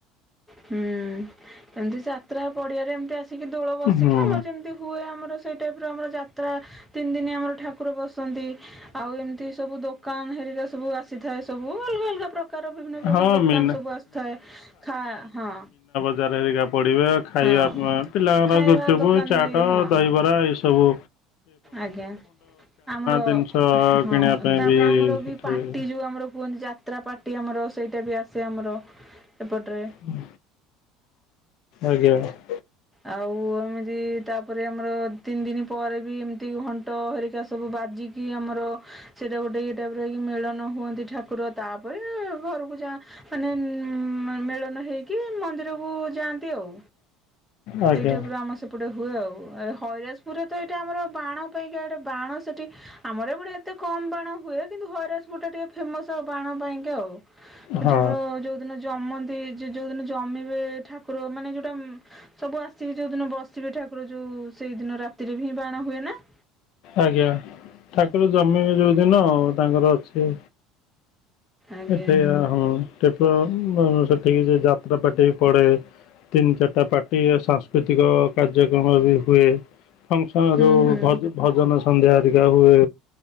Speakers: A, in the centre; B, on the left.
A: ହୁଁ ଏମତି ଯାତ୍ରା ପଡିଆରେ ଏମତି ଆସିକି ଦୋଳ ବସିକି
B: ହୁଁ
A: ଆମର ଯେମ ହୁଏ ଆମର ସେଇ ଟାଇପର ଆମର ଯାତ୍ରା ତିନ ଦିନି ଆମର ଠାକୁର ବସନ୍ତି। ଆଉ ଏମତି ସବୁ ଦୋକାନ ହେରିକା ସବୁ ଆସ୍ ଆସିଥାଏ ସବୁ ଅଲଗା ଅଲଗା ପ୍ରକାର ବିଭିନ୍ନ ପ୍ରକାର
B: ହଁ
A: ଦୋକାନ
B: ମୀନା
A: ସବୁ ଆସିଥାଏ ଖା ହଁ।
B: ହଜାର ହେରିକା ପଡିବେ ଖାଇବା
A: ହଁ
B: ପାଇଁ ପିଲାଙ୍କର
A: ଖାଇବା
B: ଗୁପଚୁପ,
A: ଦୋକାନ
B: ଚାଟ,
A: ବି ହଁ
B: ଦହିବରା ଏଇ ସବୁ
A: ଆଜ୍ଞା ଆମର
B: ଜିନିଷ
A: ହଁ
B: କିଣିବା ପାଇଁ
A: ତାପରେ
B: ବି
A: ଆମର
B: ସେଠି
A: ବି ପାଟି ଯୋଉ ଆମର ହୁଅନ୍ତି ଯା ଯାତ୍ରା ପାର୍ଟି ଆମର ସେଇଟା ବି ଆସେ ଆମର ଏପଟରେ।
B: ହୁଁ। ଆଜ୍ଞା।
A: ଆଉ ଏମିତି ତାପରେ ଆମର ତିନି ଦିନ ପରେ ବି ଏମତି ଘଣ୍ଟ ହରିକା ସବୁ ବାଜି କି ଆମର ସେଇଟା ଗୋଟେ ଇଏ ଟାଇପର ହେଇକି ମେଳନ ହୁଅନ୍ତି ଠାକୁର ତାପରେ ଘରକୁ ଯାଆ ମାନେ ଉଁ ମାନ ମେଳନ ହେଇକି ମନ୍ଦିରକୁ ଯାଆନ୍ତି ଆଉ।
B: ଆଜ୍ଞା
A: ଏଇ ଟାଇପର ଆମ ସେ ଏପଟେ ହୁଏ ଆଉ ଏ ହଇରାଜପୁରରେ ତ ଏଇଟା ଆମର ବାଣ ପାଇଁକା ଏଟା ବାଣ ସେଠି ଆମର ଏପଟେ ଏ ଏତେ କମ ବାଣ ହୁଏ କିନ୍ତୁ ହଇରାଜପୁରଟା ଟିକେ ଫେମସ ଆଉ ବାଣ ପାଇଁକ ଆଉ। ଏଠି
B: ହଁ
A: ଆମର ଯୋଉଦିନ ଜମନ୍ତି ଯେ ଯୋଉଦିନ ଜମିବେ ଠାକୁର ମାନେ ଯୋଉଟା ଉମ୍ ସବୁ ଆସିକି ଯୋଉ ଦିନ ବସିବେ ଠାକୁର ଯୋଉ ସେଇଦିନ ରାତିରେ ବି ହିଁ ବାଣ ହୁଏ ନା?
B: ଆଜ୍ଞା ଠାକୁର ଜମିବେ ଯୋଉ ଦିନ ଆଉ ତାଙ୍କର ଅଛି।
A: ଆଜ୍ଞା
B: ଏଠି ଏ ହଁ କେବଳ ଉଁ ବ ସେଠିକି ସେ ଯାତ୍ରା ପାଟି ବି ପଡେ। ତିନି ଚାରିଟା ପାର୍ଟି ଏ ସାଂସ୍କୃତିକ କାର୍ଯ୍ୟକ୍ରମ ବି ହୁଏ। ଫଙ୍କସନ
A: ହୁଁ
B: ଯୋଉ
A: ହୁଁ
B: ଭଜ୍ ଭଜନ ସନ୍ଧ୍ୟା ହରିକା ହୁଏ।